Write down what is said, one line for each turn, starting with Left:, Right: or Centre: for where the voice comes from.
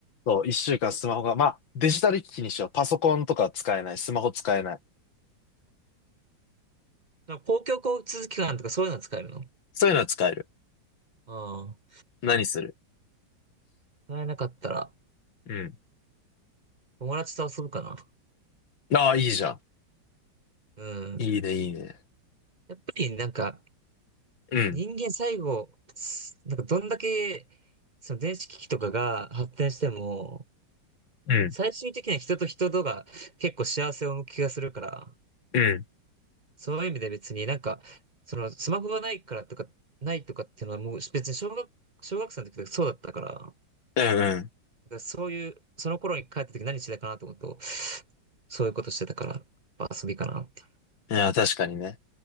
Left: そう、一週間スマホが、まあ、デジタル機器にしよう。パソコンとか使えない。スマホ使えない。
Right: なんか公共交通機関とかそういうの使えるの
Left: そういうのは使える。
Right: ああ、
Left: 何する
Right: 使えなかったら、
Left: うん。
Right: 友達と遊ぶかな。
Left: ああ、いいじゃん。
Right: うん。
Left: いいね、いいね。
Right: やっぱりなんか、
Left: うん。
Right: 人間最後、すなんかどんだけ、その電子機器とかが発展しても、
Left: うん。
Right: 最終的には人と人とが結構幸せを向く気がするから、
Left: うん。
Right: そういう意味で別になんか、そのスマホがないからとか、ないとかっていうのはもう別に小学、小学生の時とかそうだったから、
Left: うんう
Right: だからそういう、その頃に帰った時何してたかなと思うと、そういうことしてたから、やっぱ遊びかなって。
Left: ん。いや、確かにね。